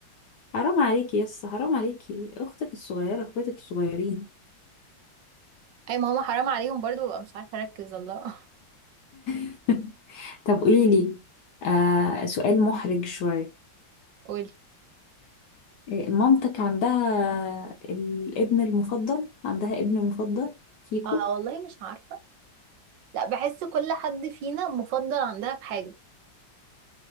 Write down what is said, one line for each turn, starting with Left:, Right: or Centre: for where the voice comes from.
Left: حرام عليكي يس حرام عليكي اختك الصغيرة اخواتك الصغيرين
Right: اي ما هما حرام عليهم برضو ببقى مش عارفه اركز الله <laughs>
Left: <laughs> طب قوليلي آه سؤال محرج شوية
Right: قولي
Left: إيه، مامتك عندها الابن المفضل عندها ابن مفضل فيكو
Right: اه والله مش عارفه لا بحس كل حد فينا مفضل عندها في حاجه